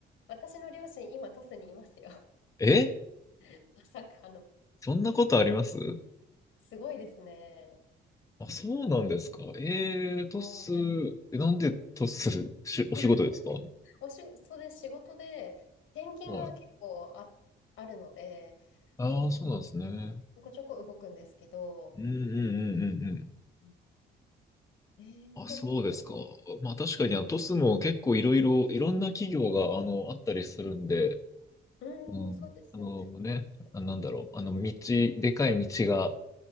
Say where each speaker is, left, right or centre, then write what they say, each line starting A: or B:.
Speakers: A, on the left; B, on the left.
A: 私の両親、今、トスにいますよ。
B: え
A: <laughs> まさかの。
B: そんなことあります
A: すごいですね。
B: あ、そうなんですか。えー、トス、
A: はい。
B: えなんでトス、し、お仕事ですか
A: なんか、お仕事で仕事で、転勤が結構あ、
B: はい。
A: あるので、
B: ああ、
A: あの、
B: そうなんですね。
A: ちょこちょこ動くんですけど、
B: うんうんうんうんうん。
A: うんえー、
B: あ、
A: トスって、
B: そうですか。まあ確かにあのトスも結構いろいろ、いろんな企業があの、あったりするんで、
A: うん、
B: うん。
A: そうですよね。
B: あのね、あ、なんだろう、あの道、でかい道が